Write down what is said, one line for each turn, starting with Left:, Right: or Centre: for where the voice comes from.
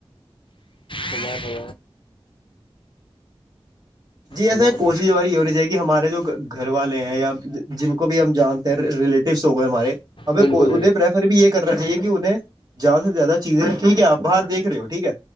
Left: سما سا
Right: جی ایسا
Left: ہیلو
Right: کوشش ہماری یہ ہونی چاہیے کہ ہمارے جو گھر والے ہیں یا جن کو بھی ہم جانتے ہیں ریلیٹیوس ہو گئے ہمارے اب
Left: بالکل
Right: کو ادے پرریفر بھی ایک کرنا چاہیے کہ انہیں زیادہ سے زیادہ چیزیں ٹھیک ہے آپ باہر دیکھ رہے ہو ٹھیک ہے